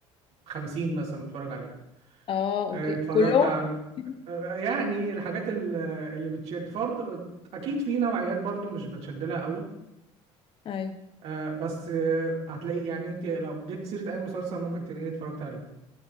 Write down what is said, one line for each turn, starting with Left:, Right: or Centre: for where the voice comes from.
Right: 50 مثلا متفرج عليهم
Left: اه
Right: آه،
Left: اوكي
Right: اتفرجت
Left: كلهم
Right: على
Left: <laughs>
Right: آه، يعني الحاجات ال- اللي بتشد فرض اكيد في نوعيات برضو مش بتشد لها قوي
Left: ايوه
Right: آه، بس آه، هتلاقي يعني انت لو جبت سيرة اي مسلسل ممكن تلاقيني اتفرجت عليه